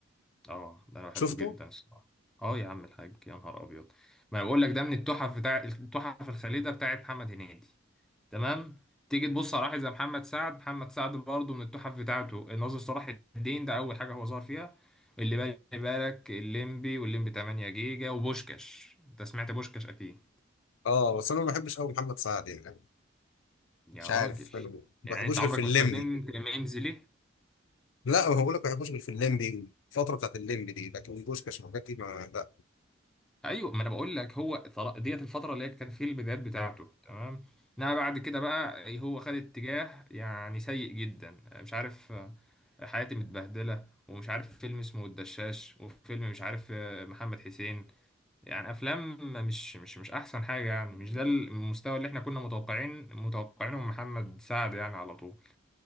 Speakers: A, in the centre; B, on the left.
A: اه ده انا بحبه
B: شفته؟
A: جدا الصراحه اه يا عم الحاج يا نهار ابيض ما أنا بقول لك ده من التحف بتاع التحف الخالده بتاعت محمد هنيدي تمام تيجي تبص على واحد زي محمد سعد محمد سعد برضه من التحف بتاعته الناظر صلاح الدين ده اول حاجه هو ظهر فيها اللي بالي بالك الليمبي والليمبي 8 جيجا وبوشكاش انت سمعت بوشكاش اكيد
B: اه بس انا ما بحبش قوي محمد سعد يعني
A: يا
B: مش عارف
A: راجل
B: انا ما بحبوش
A: يعني انت
B: غير
A: عمرك
B: في الليمبي
A: ما استخدمت ميمز ليه
B: لا هو بقول لك ما بحبوش غير في الليمبي الفتره بتاعت الليمبي دي لكن بوشكاش والحاجات دي ما لا
A: ايوه ما انا بقول لك هو طر- ديت الفتره اللي هي كان في البدايات بتاعته تمام انما بعد كده بقى هو خد اتجاه يعني سيء جدا مش عارف آه، حياتي متبهدله ومش عارف فيلم اسمه الدشاش وفيلم مش عارف آه، محمد حسين يعني افلام مش مش مش احسن حاجه يعني مش ده المستوى اللي احنا كنا متوقعين متوقعينه من محمد سعد يعني على طول